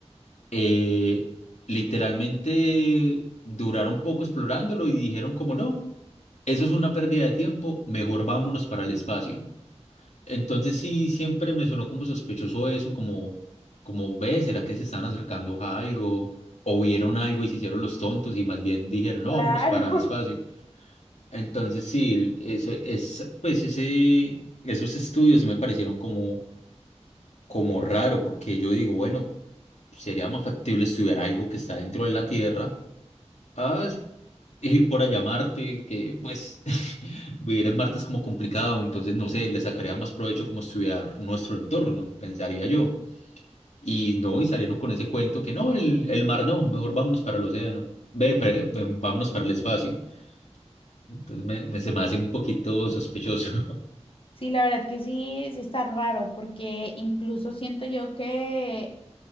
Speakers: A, on the left; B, on the left.
A: eh, literalmente duraron poco explorándolo y dijeron como no, eso es una pérdida de tiempo, mejor vámonos para el espacio. Entonces sí, siempre me sonó como sospechoso eso, como, como ve, ¿será que se están acercando a algo? O vieron algo y se hicieron los tontos y más bien dijeron, no,
B: Claro.
A: vámonos para el espacio. Entonces, sí, eso es, pues ese, esos estudios sí me parecieron como, como raro, porque yo digo, bueno, sería más factible estudiar algo que está dentro de la Tierra a es- ir por allá a Marte, que pues <laughs> vivir en Marte es como complicado, entonces no sé, le sacaría más provecho como estudiar nuestro entorno, pensaría yo. Y no, y salieron con ese cuento que no, el, el mar no, mejor vámonos para el océano, ve, pre- vámonos para el espacio. Entonces me, me- se me hace un poquito sospechoso.
B: Sí, la verdad que sí, sí está raro, porque incluso siento yo que